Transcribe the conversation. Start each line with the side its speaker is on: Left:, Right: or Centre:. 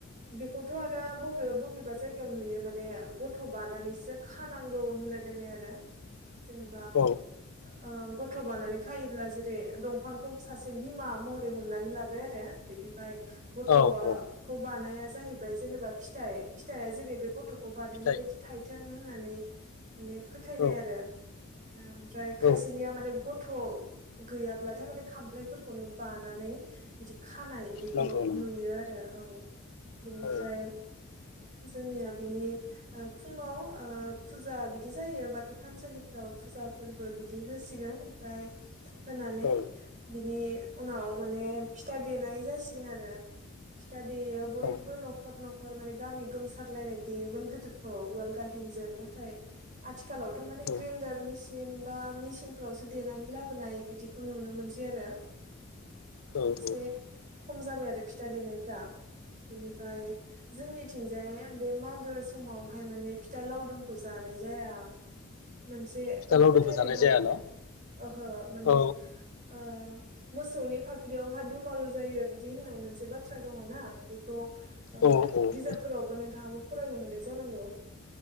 Right: बेखौथ' आरो बबेबा बबेबा जायगायाव नुयो माने गथ' बानानैसो खानांगौ होनलायलायनाय आरो जेनबा
Left: औ
Right: ओ गथ' बानानै खायोब्ला जेरै दंफांखौ सासे बिमा महरै हमनानै लाबाय आरो बिनिफ्राय गथ'खौ
Left: औ औ
Right: बानाया जाहैबाय जेनेबा फिथाइ फिथाइआ जेरै बे गथ' खौ बादों
Left: फिथाइ
Right: बेबायदि थायथों होननानै माने फोथायनाय
Left: औ
Right: आरो। ओमफ्राय खायसेनिया
Left: औ
Right: माने गथ' गैयाब्लाथाय माने खामफ्लायफोरखौनो बानानै बिदि खानाय बेखौ
Left: नंगौ नंगौ
Right: नुयो आरो औ बिनिफ्राय
Left: औ औ
Right: जोंनिया बिनि फुङाव ओ फुजा बिदि जायो बाथौ थानसालिफ्राव। फुजा फोरबो बिदि होसिगोन ओमफ्राय होनानै
Left: औ
Right: बिनि उनाव माने बे फिथा देनाय जासिगोन आरो। फिथा देयो बयबो
Left: औ
Right: न'खर न'खर माने गामि गोमसारलायनाय देयोमोन गोदोथ' उवाल गाहे गाहेनजों नाथाय आथिखालावथ' माने ग्रिनदार
Left: औ
Right: मिसिन बा मिचिनफ्रावसो देनानै लाबोनाय बिदिखौ नुनो मोनसै आरो।
Left: औ
Right: एसे खम जाबाय आरो फिथा देनायफ्रा। बेनिफ्राय जोंनिथिंजाय बे मागो समावहाय माने फिथा लावदुमखौ जा नाय जाया मोनसे
Left: फिथा लावदुमखौ
Right: फोथायनाय
Left: जानाय
Right: दङ
Left: जाया
Right: आरो
Left: न'
Right: ओहो माने
Left: औ
Right: ओ मोसौनि फाफ्लियावहा दुमालु जायो बिदि होननाय मोनसे बाथ्रा दङ ना बेखौ ओ
Left: औ औ
Right: बिजाबफोरावबो नोंथाङाबो फरायनो मोन्दों जानांगौ?